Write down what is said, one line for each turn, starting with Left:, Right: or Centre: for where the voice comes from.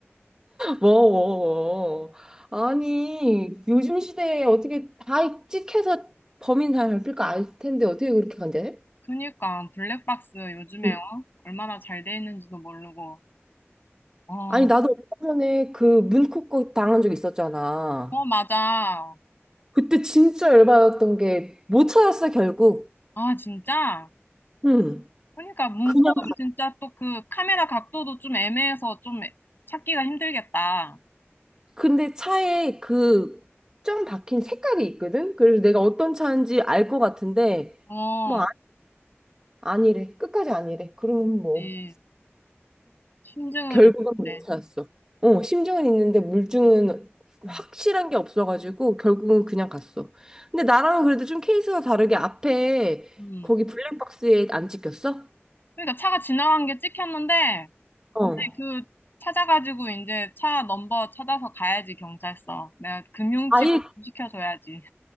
Right: 뭐, 아니, 요즘 시대에 어떻게 다 찍혀서 범인 다 잡힐 거 알 텐데 어떻게 그렇게 간대?
Left: 그니까 블랙박스 요즘에
Right: 응.
Left: 어? 얼마나 잘 돼 있는지도 모르고. 어,
Right: 아니, 나도 얼마 전에 그 문콕 거 당한 적 있었잖아.
Left: 어 맞아.
Right: 그때 진짜 열받았던 게 못 찾았어, 결국.
Left: 아 진짜.
Right: 응.
Left: 그니까 문콕은
Right: 그냥,
Left: 진짜 또 그 카메라 각도도 좀 애매해서 좀 찾기가 힘들겠다.
Right: 근데 차에 그 점 박힌 색깔이 있거든? 그래서 내가 어떤 차인지 알 것 같은데,
Left: 어,
Right: 뭐, 아, 아니래. 끝까지 아니래. 그러면 뭐.
Left: 이 심증은
Right: 결국은 못
Left: 있는데.
Right: 찾았어. 어, 심증은 있는데 물증은
Left: 음.
Right: 확실한 게 없어가지고 결국은 그냥 갔어. 근데 나랑은 그래도 좀 케이스가 다르게 앞에
Left: 음.
Right: 거기 블랙박스에 안 찍혔어?
Left: 그러니까 차가 지나간 게 찍혔는데.
Right: 어.
Left: 이제 그 찾아가지고 이제 차 넘버 찾아서 가야지 경찰서. 내가 금융칩
Right: 아예
Left: 좀 시켜줘야지.